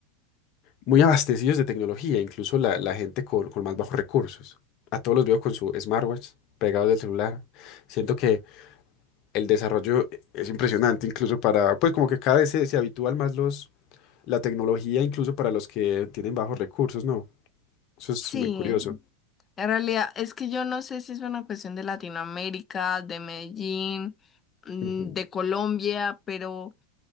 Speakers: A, on the left; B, on the left.
A: muy abastecidos de tecnología, incluso la, la gente con, con más bajos recursos. A todos los veo con su smartwatch pegados del celular. Siento que el desarrollo e, es impresionante, incluso para, pues como que cada vez se, se habitúan más los la tecnología incluso para los que tienen bajos recursos, ¿no? Eso es
B: Sí,
A: muy curioso.
B: en realidad es que yo no sé si es una cuestión de Latinoamérica, de Medellín, mm,
A: Ujú,
B: de Colombia, pero,